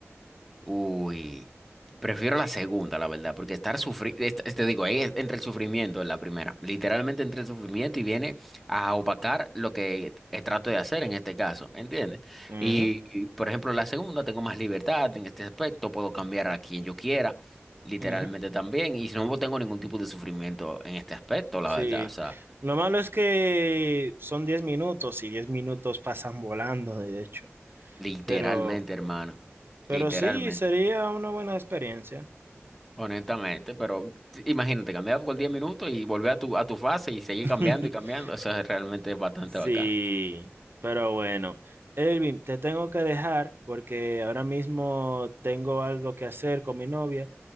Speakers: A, in the centre; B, on the right.
A: Uy, prefiero la segunda, la verdad, porque estar sufriendo, te digo, ahí es- entra el sufrimiento en la primera, literalmente entre el sufrimiento y viene a opacar lo que eh, trato de hacer en este caso, ¿entiendes?
B: Ujú,
A: Y, y, por ejemplo, la segunda tengo más libertad en este aspecto, puedo cambiar a quien yo quiera, literalmente
B: ujú.
A: también, y no tengo ningún tipo de sufrimiento en este aspecto,
B: Sí.
A: la verdad, o sea,
B: Lo malo es que son 10 minutos y 10 minutos pasan volando, de hecho.
A: literalmente,
B: Pero,
A: hermano,
B: pero
A: literalmente.
B: sí, sería una buena experiencia.
A: Honestamente, pero t- imagínate, cambiar por 10 minutos y volver a tu, a tu fase y seguir
B: <laughs>
A: cambiando y cambiando. Eso es realmente bastante
B: Sí,
A: bacano.
B: pero bueno. Elvin, te tengo que dejar porque ahora mismo tengo algo que hacer con mi novia.